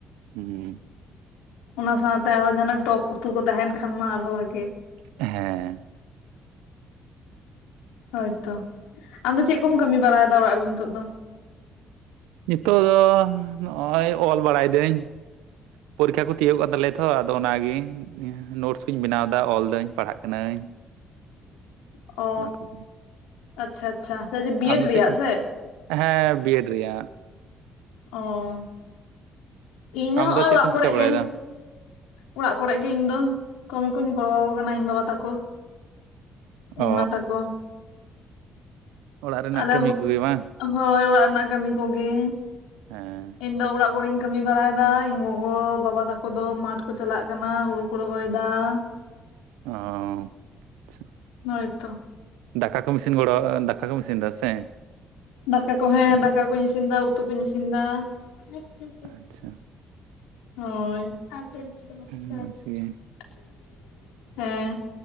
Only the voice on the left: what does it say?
ᱚᱱᱟ ᱥᱟᱶᱛᱮ ᱟᱨᱦᱚᱸ ᱡᱟᱦᱟᱱᱟᱜ ᱴᱚᱠ ᱩᱛᱩ ᱠᱚ ᱛᱟᱦᱮᱱ ᱠᱷᱟᱱ ᱢᱟ ᱟᱨᱦᱚᱸ ᱵᱷᱟᱜᱮ᱾
ᱦᱳᱭᱛᱚ ᱟᱢᱫᱚ ᱪᱮᱜ ᱠᱚᱢ ᱠᱟᱹᱢᱤ ᱵᱟᱲᱟᱭᱫᱟ ᱚᱲᱟᱜ ᱨᱮᱫᱚ ᱱᱤᱛᱚᱜ ᱫᱚ?
<inaudible> ᱚ
ᱟᱪᱪᱷᱟ ᱟᱪᱪᱷᱟ ᱥᱮᱪᱮ ᱵᱤᱭᱮᱰ
ᱨᱮᱭᱟᱜ
ᱥᱮ?
ᱚᱸ ᱤᱧ ᱦᱚᱸ
ᱦᱚᱸᱜᱼᱚᱭ
ᱚᱲᱟᱜ
ᱠᱚᱨᱮ
ᱜᱮ᱾ ᱚᱲᱟᱜ ᱠᱚᱨᱮᱜ ᱜᱮ ᱤᱧ ᱫᱚ ᱠᱟᱹᱢᱤ ᱠᱚᱧ ᱜᱚᱲᱣᱟ ᱠᱚ ᱠᱟᱱᱟ ᱤᱧ ᱵᱟᱵᱟ ᱛᱟᱠᱚ᱾ ᱤᱧ
ᱢᱟ ᱛᱟᱠᱚ᱾
ᱟᱞᱮ
ᱦᱳᱭ ᱚᱲᱟᱜ ᱨᱮᱱᱟᱜ ᱠᱟᱹᱢᱤ ᱠᱚᱜᱮ᱾
ᱤᱧ ᱫᱚ ᱚᱲᱟᱜ ᱠᱩᱨᱮᱧ ᱠᱟᱹᱢᱤ ᱵᱟᱲᱟᱭᱫᱟ ᱤᱧ ᱜᱚᱜᱚ ᱵᱟᱵᱟ ᱛᱟᱠᱚ ᱫᱚ ᱢᱟᱴ ᱠᱚ ᱪᱟᱞᱟᱜ ᱠᱟᱱᱟ ᱦᱩᱲᱩ ᱠᱚ ᱨᱚᱦᱚᱭᱫᱟ᱾ <inaudible>
ᱦᱳᱭᱛᱚ
ᱫᱟᱠᱟ ᱠᱚ ᱦᱮᱸ ᱫᱟᱠᱟ ᱠᱩᱧ ᱤᱥᱤᱱᱫᱟ ᱩᱛᱩ ᱠᱩᱧ ᱤᱥᱤᱱᱫᱟ <unintelligible>
ᱦᱳᱭ <unintelligible>
ᱦᱮᱸ